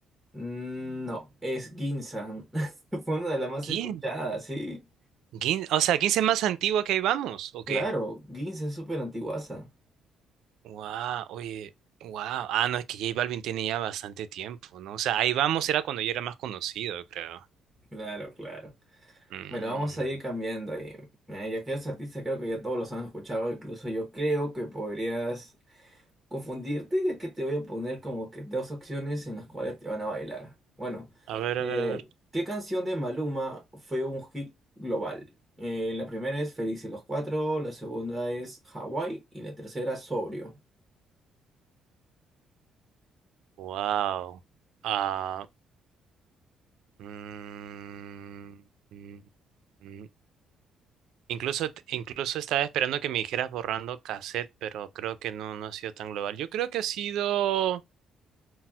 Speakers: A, in the centre; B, on the right.
A: Mm, No, es Ginza. <laughs> Fue una de las más
B: ¿Quién?
A: escuchadas, sí.
B: ¿Quién? O sea, ¿quién es más antigua que Ahí vamos? ¿O qué?
A: Claro, Ginza es súper antiguaza.
B: Wow, oye, wow. Ah, no, es que J Balvin tiene ya bastante tiempo, ¿no? O sea, Ahí vamos era cuando yo era más conocido, yo creo.
A: Claro, claro.
B: Mm,
A: Bueno, vamos a ir cambiando ahí. Mira, Ya que eres artista, creo que ya todos los han escuchado. Incluso yo creo que podrías confundirte, ya que te voy a poner como que dos opciones en las cuales te van a bailar. Bueno,
B: A ver,
A: eh,
B: a ver, a ver.
A: ¿qué canción de Maluma fue un hit global? Eh, la primera es Felices los Cuatro, la segunda es Hawái y la tercera Sobrio.
B: Wow. Ah, mm, mm, mm, Incluso, t- incluso estaba esperando que me dijeras borrando cassette, pero creo que no, no ha sido tan global. Yo creo que ha sido